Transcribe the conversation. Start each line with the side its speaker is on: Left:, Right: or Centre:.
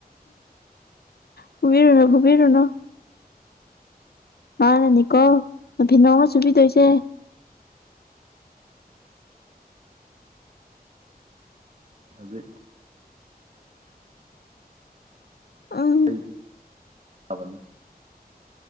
Left: ꯐꯨꯕꯤꯔꯨꯅꯣ ꯐꯨꯕꯤꯔꯨꯅꯣ ꯃꯥꯅꯅꯤꯀꯣ ꯅꯐꯤ ꯅꯔꯣꯜ ꯁꯨꯕꯤꯗꯣꯏꯁꯦ
Right: ꯍꯧꯖꯤꯛ
Left: ꯎꯝ
Right: ꯑꯩ ꯇꯥꯕꯅꯤ